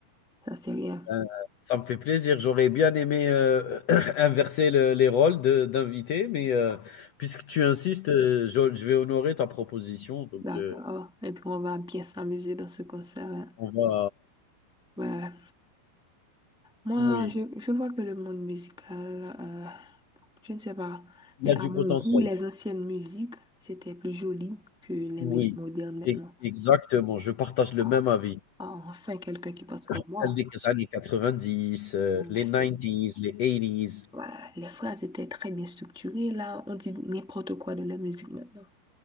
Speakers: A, in the centre; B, on the left (about 80°).
A: Ça, c'est rien.
B: Heu, ça me fait plaisir. J'aurais bien aimé, heu, <clears throat> inverser le les rôles de d'invités, mais, heu, puisque tu insistes, heu, je je vais honorer ta proposition, donc,
A: D'accord.
B: heu,
A: Et puis, on va bien s'amuser dans ce concert. hein.
B: on va
A: Ouais. Moi,
B: oui,
A: je, je vois que le monde musical, euh, je ne sais pas,
B: il
A: mais
B: y a
A: à
B: du
A: mon
B: potentiel.
A: goût, les anciennes musiques, c'était plus joli que les
B: Oui,
A: musiques modernes maintenant.
B: e exactement, je partage le
A: Ah,
B: même avis.
A: ah, enfin, quelqu'un qui pense comme moi.
B: Celle des années 90, heu,
A: Euh,
B: les
A: c'est-
B: nineties les eighties
A: voilà, les phrases étaient très bien structurées, là, on dit n'importe quoi de la musique maintenant.